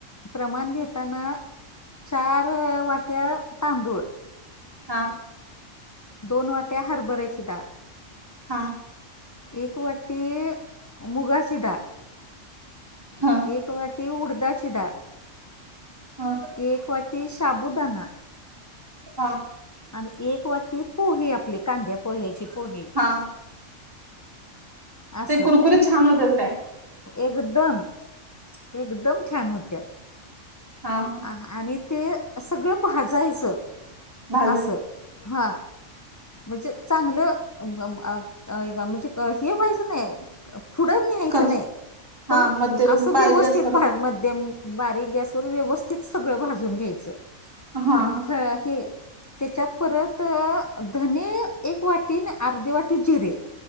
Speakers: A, on the left; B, on the right.
A: प्रमाण घेताना चार वाट्या तांदूळ
B: हा
A: दोन वाट्या हरभऱ्याची डाळ.
B: हा.
A: एक वाटी मुगाची डाळ.
B: हा
A: एक वाटी उडदाची डाळ
B: हा
A: एक वाटी ती शाबुदाना.
B: हा.
A: आणि एक वाटी पोहे आपली कांद्या पोह्याची पोहे.
B: हां.
A: असं
B: ते कुरकुरीत छान होतात काय
A: एकदम एकदम छान होत्यात.
B: हा.
A: आणि ते सगळं भाजायचं
B: भाज
A: असं हां. म्हणजे चांगलं म्हणजे आ हे व्हायचं नाही पुढं न्यायचं
B: कर
A: नाही पण
B: हा मध्यम
A: असं
B: बारीक
A: व्यवस्थित
B: गॅस करून
A: भा मध्यम. बारीक गॅसवर व्यवस्थित सगळं भाजून घ्यायचं
B: हा
A: आणि थळ हे. त्याच्यात परत धने एक वाटीन आणि अर्धी वाटी जिरे.